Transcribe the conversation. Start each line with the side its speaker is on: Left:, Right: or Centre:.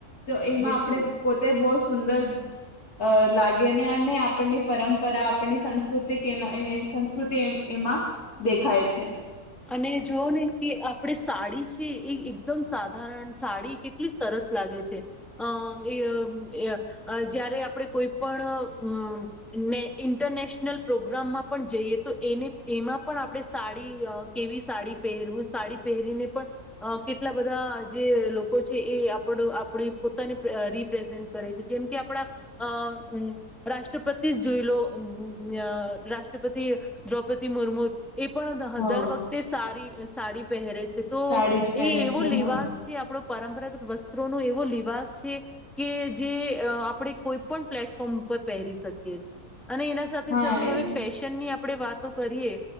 Left: તો એમાં
Centre: બિલકુલ
Left: આપડે પોતે બો સુંદર અ લાગેને અને આપણની પરંપરા આપની સંસ્કૃતિ કે એના એ-એ સંસ્કૃતિ એ એમાં દેખાય છે.
Centre: અને જોઓ ને કે આપણે સાડી છે એ એકદમ સાધારણ સાડી કેટલી સરસ લાગે છે અ એ-એ અ જ્યા <unintelligible> આપણે કોઈ પણ અમ ને ઇન્ટરનેશનલ પ્રોગ્રામમાં પણ જઈએ તો એની એમાં પણ આપણે સાડી અ કેવી સાડી પહેરવું સાડી પહેરીને પણ અ કેટલા બધા જે લોકો છે એ આપડ આપડી પોતાને અ રિપ્રેઝેન્ટ કરે છે જેમ કે આપણા અ અમ રાષ્ટ્રપતિજ જોઈ લો અ અમ રાષ્ટ્રપતિ દ્રૌપદી મુર્મુ એ પણ દહ
Left: હા
Centre: દર વખ તે સારી સાડી પહેરે છે તો
Left: સાડી જ પહેને
Centre: એ એવો
Left: છે
Centre: લેવાસ
Left: હા
Centre: છે આપણો પરંપરાગત વસ્ત્રો નો એવો લિવાસ છે કે જે અ આપણેે કોઈ પણ પ્લેટફોર્મ ઉપર પહેરી શકીએ છીએ. અને એના સાથે-સાથે
Left: હા એ
Centre: હવે ફેશનની આપણેે વાતો કરીએ